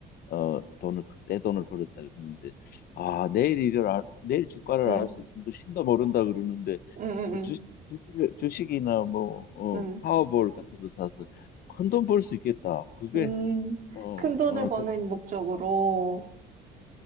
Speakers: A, on the left; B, on the right.
A: 어 돈을 그 떼돈을 벌었다 그러는데 아 내일 일을 알, 내일 주가를
B: 응,
A: 알 수 있으면 그 신도 모른다 그러는데
B: 응, 응,
A: 그
B: 응,
A: 주, 주식, 주식이나 뭐 어,
B: 응,
A: 파워볼 같은 거 사서 큰 돈 벌 수 있겠다 그게
B: 음,
A: 어어음
B: 큰 돈을 버는 목적으로,